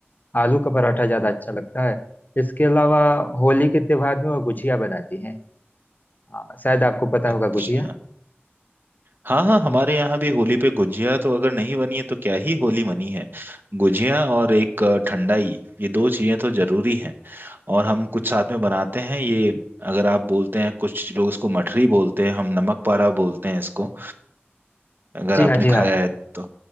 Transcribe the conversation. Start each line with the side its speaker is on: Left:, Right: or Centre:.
Left: आलू का पराठा ज़्यादा अच्छा लगता है इसके अलावा होली के त्योहार में वो गुजिया बनाती है हाँ, शायद आपको पता
Right: अच्छा
Left: होगा गुजिया
Right: हाँ हाँ हमारे
Left: हाँ,
Right: यहाँ भी होली पे गुजिया तो अगर नहीं बनी है तो क्या ही होली बनी है गुजिया और एक अ, ठंडाई ये दो चीजें तो जरूरी हैं और हम कुछ साथ में बनाते हैं ये अगर आप बोलते हैं कुछ लोग इसको मठरी बोलते हैं हम नमक पारा बोलते हैं इसको अगर
Left: जी
Right: आपने
Left: हाँ जी हाँ
Right: खाया है तो